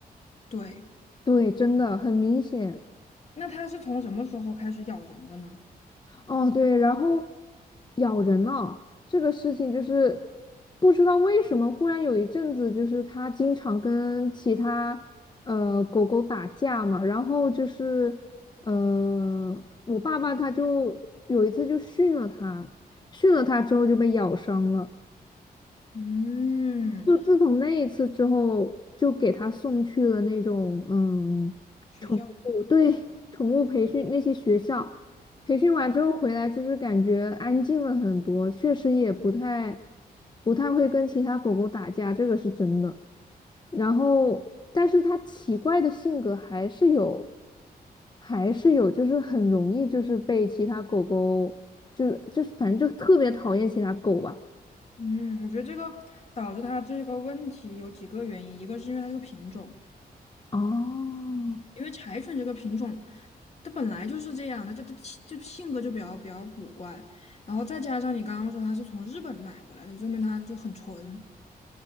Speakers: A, on the left; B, on the left.
A: 对，
B: 对，真的很明显。
A: 那他是从什么时候开始咬人的呢？
B: 哦，对，然后咬人了，这个事情就是不知道为什么，忽然有一阵子就是他经常跟其他呃狗狗打架嘛，然后就是呃我爸爸他就有一次就训了他，训了他之后就被咬伤了。
A: 嗯，
B: 就自从那一次之后，就给他送去了那种嗯，
A: 学校。
B: 宠物，对，宠物培训那些学校，培训完之后回来，就是感觉安静了很多，确实也不太不太会跟其他狗狗打架，这个是真的。然后，但是他奇怪的性格还是有，还是有，就是很容易就是被其他狗狗，就就是反正就特别讨厌其他狗吧。
A: 嗯，我觉得这个导致他这个问题有几个原因，一个是因为它这个品种。
B: 哦，
A: 因为柴犬这个品种，它本来就是这样的，它它它就性格就比较比较古怪，然后再加上你刚刚说它是从日本买回来的，说明它就很纯。